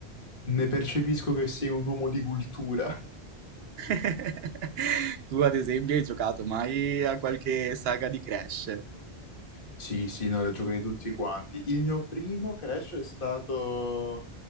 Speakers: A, on the left (about 55°); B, on the right (about 70°).
A: Ne percepisco che sei un uomo di cultura.
B: <laughs> Tu ad esempio hai giocato mai a qualche saga di Crash?
A: Sì, sì, no, li ho giocati tutti quanti. Il mio primo Crash è stato